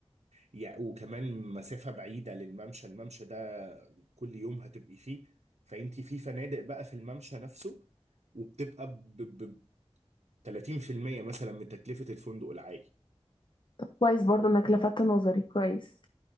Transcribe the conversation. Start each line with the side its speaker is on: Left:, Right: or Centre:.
Right: يعني وكمان مسافة بعيدة للممشى الممشى ده كل يوم هتبقي فيه فانت في فنادق بقى في الممشى نفسه وبتبقى ب ب- ب- 30% مثلا من تكلفة الفندق العالي
Left: كويس برضو انك لفتت نظري كويس